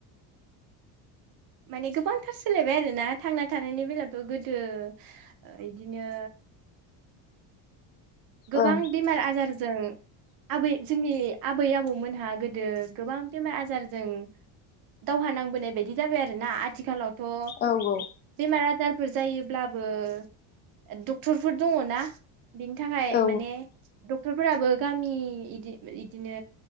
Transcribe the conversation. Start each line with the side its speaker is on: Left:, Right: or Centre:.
Right: माने गोबांथार सोलायबाय आरोना थांना थानायनि बेलायावथ' गोदो ओ इदिनो गोबां
Left: औ ओं
Right: बेमार आजार जों आबै जोंनि आबै आबौमोनहा गोदो गोबां बेमार आजारजों दावहा नांबोनाय बायदि जाबाय आरोना। आथिखालाव थ'
Left: औ
Right: बेमार आजार फोर जायोब्लाबो ओ डक्टरफोर दङ ना। बिनि थाखाय
Left: औ
Right: माने दुख डक्टरफोराबो गामि इदि इदिनो